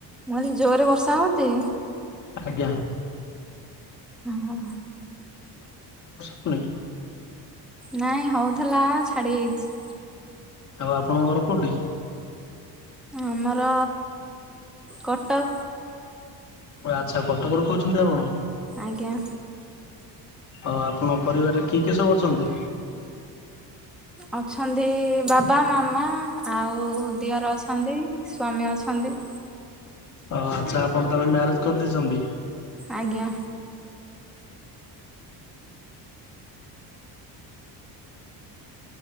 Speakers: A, in the centre; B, on the left.
A: କଇଲି ଜୋରେ ବର୍ଷା ହଉତି
B: ଆଜ୍ଞା।
A: ହଁ।
B: ହୁଁ।
A: ନାଇଁ ହଉଥିଲା ଛାଡିଯାଇଛି।
B: ଆଉ ଆପଣ ଘର କୋଉଠି?
A: ଆମର କଟକ।
B: ଆଛା କଟକର କହୁଛନ୍ତି ଆପଣ
A: ଆଜ୍ଞା।
B: ଆଉ ଆପଣ ପରିବାରରେ କିଏ କିଏ ସବୁ ଅଛନ୍ତି?
A: ଅଛନ୍ତି ବାବା ମାମା ଆଉ ଦିଅର ଅଛନ୍ତି ସ୍ଵାମୀ ଅଛନ୍ତି।
B: ଓ ଆଛା ଆପଣ ତାହେଲେ ମ୍ୟାରେଜ କରିଦେଇଚନ୍ତି।
A: ଆଜ୍ଞା